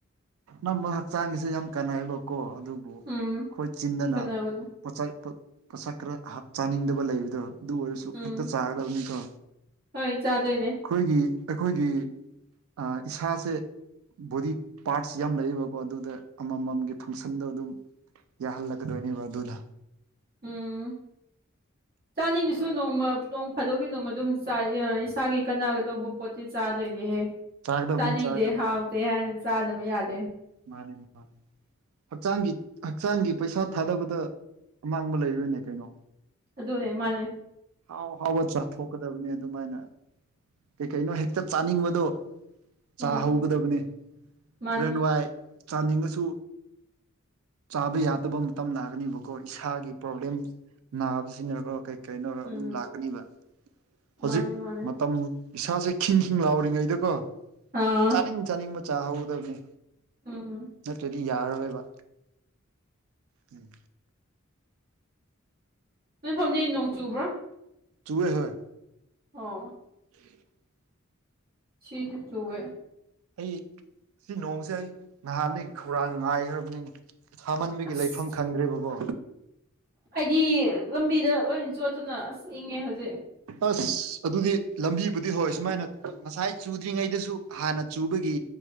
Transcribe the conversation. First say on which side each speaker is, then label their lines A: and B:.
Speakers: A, on the right; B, on the right.
A: ꯅꯝꯃ ꯍꯛꯆꯥꯡꯒꯤꯁꯦ ꯌꯥꯝ ꯀꯥꯟꯅꯩꯑꯕꯀꯣ ꯑꯗꯨꯕꯨ
B: ꯎꯝ
A: ꯑꯈꯣꯏ ꯆꯤꯟꯗꯅ
B: ꯆꯠꯅꯕꯅꯦ
A: ꯄꯣꯠꯆꯩ ꯄꯣꯠ ꯄꯣꯠꯁꯛ ꯈꯔ ꯍꯥꯞ ꯆꯥꯅꯤꯡꯗꯕ ꯂꯩꯕꯗꯨ ꯑꯗꯨ ꯑꯣꯏꯔꯁꯨ
B: ꯎꯝ
A: ꯍꯦꯛꯇ ꯆꯥꯒꯗꯕꯅꯤꯀꯣ
B: ꯍꯣꯏ ꯆꯥꯗꯣꯏꯅꯦ
A: ꯑꯈꯣꯏꯒꯤ ꯑꯩꯈꯣꯏꯒꯤ ꯑꯥ ꯏꯁꯥꯁꯦ ꯕꯣꯗꯤ ꯄꯥꯔꯠꯁ ꯌꯥꯝ ꯂꯩꯌꯤꯕꯀꯣ ꯑꯗꯨꯗ ꯑꯃꯝꯃꯝꯒꯤ ꯐꯪꯁꯟꯗꯣ ꯑꯗꯨꯝ ꯌꯥꯍꯜꯂꯛꯀꯗꯣꯏꯅꯦꯕ ꯑꯗꯨꯅ
B: ꯎꯝ ꯆꯥꯅꯤꯡꯉꯁꯨ ꯅꯣꯡꯃ ꯅꯣꯡ ꯐꯥꯗꯣꯛꯇꯤ ꯅꯣꯡꯃ ꯑꯗꯨꯝ ꯆꯥꯏꯌꯥꯏ ꯏꯁꯥꯒꯤ ꯀꯅꯥꯒꯗꯧꯕ ꯄꯣꯠꯇꯤ ꯆꯥꯗꯣꯏꯅꯦꯍꯦ
A: ꯆꯥꯒꯗꯕꯅꯤ
B: ꯆꯥꯅꯤꯡꯗꯦ
A: ꯆꯥꯒꯗꯕꯅꯤ
B: ꯍꯥꯎꯇꯦ ꯍꯥꯏꯅ ꯆꯥꯗꯕ ꯌꯥꯗꯦ
A: ꯃꯥꯅꯦ ꯃꯥꯅ ꯍꯛꯆꯥꯡꯒꯤ ꯍꯛꯆꯥꯡꯒꯤ ꯄꯩꯁꯥ ꯊꯥꯗꯕꯗ ꯑꯃꯥꯡꯕ ꯂꯩꯔꯣꯏꯅꯦ ꯀꯩꯅꯣ
B: ꯑꯗꯨꯅꯦ ꯃꯥꯅꯦ
A: ꯍꯥꯎ ꯍꯥꯎꯕ ꯆꯥꯊꯣꯛꯀꯗꯕꯅꯦ ꯑꯗꯨꯃꯥꯏꯅ ꯀꯩ ꯀꯩꯅꯣ ꯍꯦꯛꯇ ꯆꯥꯅꯤꯡꯕꯗꯣ
B: ꯎꯝ
A: ꯆꯥꯍꯧꯒꯗꯕꯅꯦ
B: ꯃꯥꯅꯦ
A: ꯍꯣꯔꯦꯟ ꯋꯥꯏ ꯆꯥꯅꯤꯡꯉꯁꯨ ꯆꯥꯕ ꯌꯥꯗꯕ ꯃꯇꯝ ꯂꯥꯛꯀꯅꯤꯕꯀꯣ ꯏꯁꯥꯒꯤ ꯄ꯭ꯔꯣꯕ꯭ꯂꯦꯝ ꯅꯥꯕ ꯁꯤꯅꯀꯣ ꯀꯩ ꯀꯩꯅꯣꯔ
B: ꯎꯝ
A: ꯑꯗꯨꯝ ꯂꯥꯛꯀꯅꯤꯕ
B: ꯃꯥꯅꯦ
A: ꯍꯧꯖꯤꯛ
B: ꯃꯥꯅꯦ
A: ꯃꯇꯝ ꯏꯁꯥꯁꯦ ꯈꯤꯡ ꯈꯤꯡ ꯂꯥꯎꯔꯤꯉꯩꯗꯀꯣ
B: ꯎꯝ
A: ꯆꯥꯅꯤꯡ ꯆꯥꯅꯤꯡꯕ ꯆꯥ ꯍꯧꯒꯗꯕꯅꯦ
B: ꯎꯝ
A: ꯅꯠꯇ꯭ꯔꯗꯤ ꯌꯥꯔꯔꯣꯏꯕ <unintelligible> ꯎꯝ
B: ꯅꯣꯏꯐꯝꯖꯤ ꯅꯣꯡ ꯆꯨꯕ꯭ꯔꯥ
A: ꯆꯨꯋꯦ ꯍꯣꯏ
B: ꯑꯣ
A: <unintelligible>
B: ꯁꯤꯁꯨ ꯆꯨꯋꯦ
A: ꯑꯩ ꯁꯤ ꯅꯣꯡꯁꯦ ꯑꯩ ꯅꯍꯥꯟꯗꯒꯤ ꯈꯧꯔꯥꯡꯅ ꯉꯥꯏꯈ꯭ꯔꯝꯅꯤꯅꯦ ꯁꯥꯃꯟꯕꯒꯤ
B: ꯑꯁ
A: ꯂꯩꯐꯝ ꯈꯪꯗ꯭ꯔꯦꯕꯀꯣ
B: ꯑꯩꯗꯤ ꯂꯝꯕꯤꯗ ꯂꯣꯏ ꯆꯣꯠꯇꯅ ꯑꯁ ꯏꯪꯉꯦ ꯍꯧꯖꯤꯛ
A: ꯑꯁ ꯑꯗꯨꯗꯤ ꯂꯝꯕꯤꯕꯨꯗꯤ ꯍꯣꯏ ꯁꯨꯃꯥꯏꯅ ꯉꯁꯥꯏ ꯆꯨꯗ꯭ꯔꯤꯉꯩꯗꯁꯨ ꯍꯥꯟꯅ ꯆꯨꯕꯒꯤ